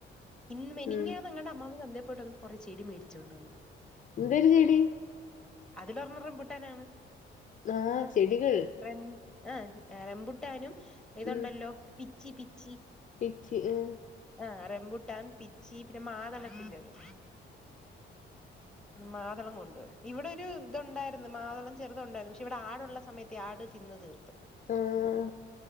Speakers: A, in the centre; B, on the left.
A: ഇന്ന് മെനിഞ്ഞാന്നെങ്ങാണ്ടോ
B: ഉം
A: അമ്മാമ്മ ചന്തേൽ പോയിട്ട് വന്നപ്പൊ കുറേ ചെടി മേടിച്ചോണ്ട് വന്ന്
B: എന്തരു ചെടി
A: അതില് ഒരെണ്ണം റംപൂട്ടാനാണ്
B: ആഹ് ചെടികൾ
A: റം ആ റമ്പൂട്ടാനും ഇതുണ്ടല്ലോ
B: ഉം
A: പിച്ചി പിച്ചി
B: പിച്ചി ആ
A: ആഹ് റമ്പുട്ടാൻ പിച്ചി പിന്നെ മാതളത്തിന്റെ അത്
B: ഉ
A: മാതളം കൊണ്ട് വന്നു ഇവിടെ ഒരു ഇതുണ്ടായിരുന്നു മാതളം ചെറുത് ഉണ്ടായിരുന്നു പക്ഷെ ഇവിടെ ആടുള്ള സമയ ത്ത്‌ ആട് തിന്ന് തീർത്ത്
B: ആഹ്